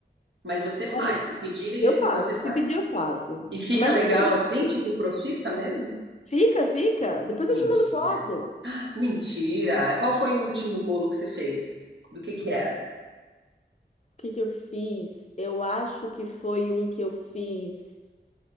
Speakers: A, on the right; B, on the left.
A: Mas você
B: Olha,
A: faz. Se pedirem,
B: eu
A: ele-
B: faço.
A: você faz.
B: Se pedir, eu faço.
A: E fica
B: Mas
A: legal
B: eu falei,
A: assim, tipo profissa mesmo?
B: fica, fica. Depois
A: Mentira.
B: eu te mando foto.
A: Mentira. Qual foi o último bolo que você fez? Do que que era?
B: O que que eu fiz? Eu acho que foi um que eu fiz.